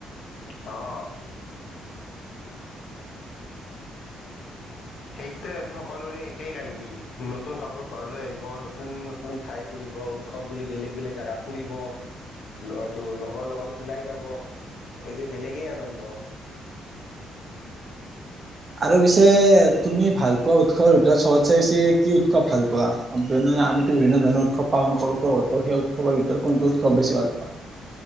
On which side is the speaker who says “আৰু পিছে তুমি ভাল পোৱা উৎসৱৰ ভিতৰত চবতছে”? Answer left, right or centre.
Right